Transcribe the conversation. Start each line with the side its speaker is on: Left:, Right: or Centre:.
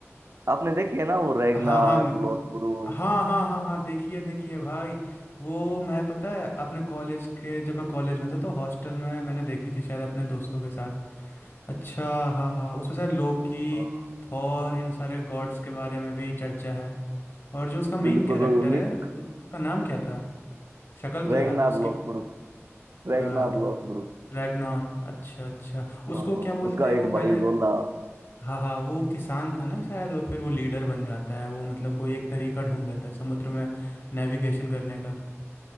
Right: आपने देखी है ना वो रैगनार
Left: हाँ हाँ म-
Right: लोथब्रुक
Left: हाँ हाँ हाँ हाँ देखिए देखिए भाई वो मैं पता है अपने कॉलेज के जब मैं कॉलेज में था तो हॉस्टल में मैंने देखी थी शायद अपने दोस्तों के साथ अच्छा हाँ हाँ उसमें शायद लोकी
Right: हाँ
Left: थॉर इन सारे गॉड्स के बारे में भी चर्चा है और जो उसका मेन
Right: बिल्कुल
Left: कैरेक्टर
Right: और Nick
Left: है उसका नाम क्या था शक्ल तो
Right: Ragnar
Left: याद है
Right: Lothbrok Ragnar
Left: उसकी
Right: Lothbrok
Left: रैगनार अच्छा अच्छा
Right: हाँ
Left: उसको क्या बोलते
Right: उसका
Left: हैं वो
Right: एक भाई
Left: पहले
Right: रोला
Left: हाँ हाँ वो किसान था ना शायद और फिर वो लीडर बन जाता है वो मतलब कोई एक तरीका ढूंढ लेता है समुद्र में नेविगेशन करने का